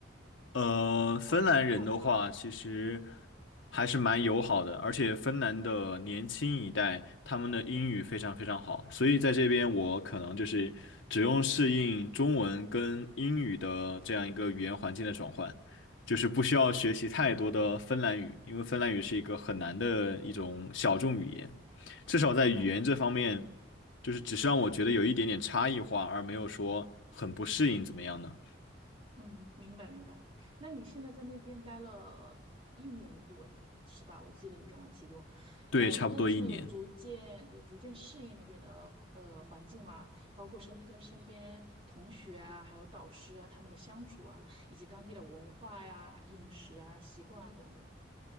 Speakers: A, on the left; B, on the right.
A: 呃，芬兰人的话，
B: 包括一些看法啊。
A: 其实还是蛮友好的，而且芬兰的年轻一代，他们的英语非常非常好，所以在这边我可能就是只用适应中文跟英语的这样一个语言环境的转换，就是不需要学习太多的芬兰语，因为芬兰语是一个很难的一种小众语言，至少在语言这方面，
B: 哦，
A: 就是只是让我觉得有一点点差异化，而没有说很不适应怎么样呢？
B: 嗯，明白明白。那你现在在那边待了一年多，是吧？我记得你刚才提过，
A: 对，
B: 呃，
A: 差不多一年。
B: 那你现在有逐渐有逐渐适应那边的呃环境吗？包括身跟身边同学啊，还有导师啊，他们的相处啊，以及当地的文化呀、饮食啊、习惯啊等等。